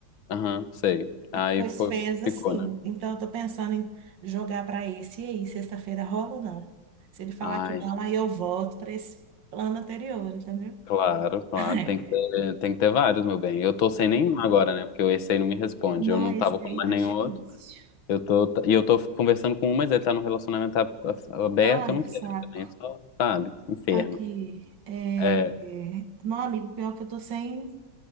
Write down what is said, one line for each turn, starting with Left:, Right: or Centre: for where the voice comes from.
Left: Aham, sei. Aí
Right: Pois
Left: foi,
Right: fez assim.
Left: ficou, né?
Right: Então eu tô pensando em jogar para esse e aí, sexta-feira rola ou não? Se ele falar
Left: Ai,
Right: que não, aí eu volto para esse plano anterior, entendeu?
Left: claro, claro.
Right: <laughs>
Left: Tem que ter, tem que ter vários, meu bem. Eu tô sem nenhum agora, né? Porque esse aí não me responde.
Right: Não,
Left: Eu não
Right: esse
Left: tava
Right: daí
Left: com mais
Right: tá
Left: nenhum
Right: difícil.
Left: outro. Eu tô, tá, e eu tô conversando com um, mas ele tá num relacionamento ab- aberto,
Right: Ai,
Left: eu não quero
Right: saco.
Left: também, é só, sabe? Inferno.
Right: Aqui, é,
Left: É,
Right: é, Não, amigo, pior que eu tô sem...